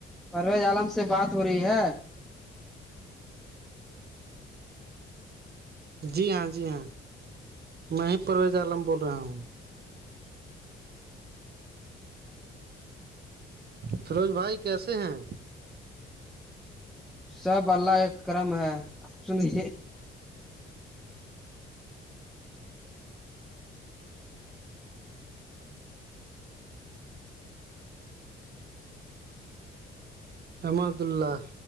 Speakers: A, in the centre; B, on the right.
A: پرویز عالم سے بات تھوری ہے
B: جی ہاں جی ہاں میں ہی پرویز عالم بول رہا ہوں فیروز بھائی کیسے ہیں
A: سب اللہ کہ کرم ہے آپ سنے
B: الحمد اللہ